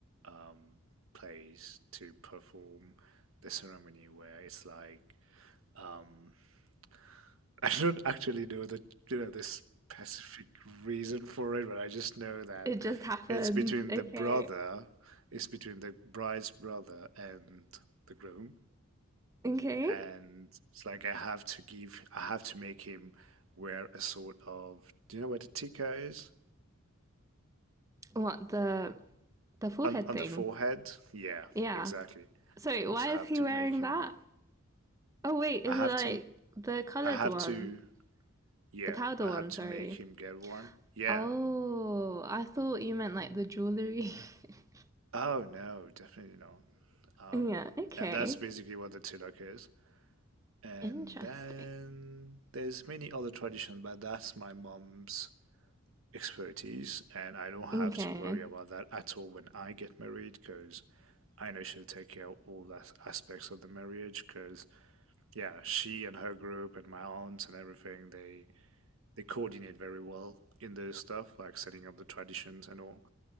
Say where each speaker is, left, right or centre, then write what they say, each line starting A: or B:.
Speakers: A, on the right (about 65°); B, on the right (about 15°).
A: um, place to perform the ceremony where it's like um, <laughs> I don't actually know the you know the specific reason for it, but I just know that
B: It just happens.
A: it's between
B: Okay.
A: the brother, it's between the bride's brother and the groom,
B: Okay.
A: and it's like I have to give, I have to make him wear a sort of, do you know what a tika is?
B: What, the the forehead
A: On on
B: thing?
A: the forehead? Yeah,
B: Yeah.
A: exactly.
B: Sorry, why
A: Just have
B: is he
A: to
B: wearing
A: make him.
B: that? Oh wait,
A: I
B: is
A: have
B: it like
A: to.
B: the colored
A: I have
B: one?
A: to. Yeah,
B: The powder
A: I
B: one,
A: have to
B: sorry.
A: make him get one. Yeah.
B: Oh, I thought you meant like the jewelry. <laughs>
A: Oh no, definitely not. Um,
B: Yeah, okay.
A: and that's basically what the tilak is. And
B: Interesting.
A: then there's many other traditions, but that's my mom's expertise, and I don't have
B: Okay.
A: to worry about that at all when I get married because I know she'll take care of all the aspects of the marriage. Because yeah, she and her group and my aunts and everything, they they coordinate very well in those stuff, like setting up the traditions and all.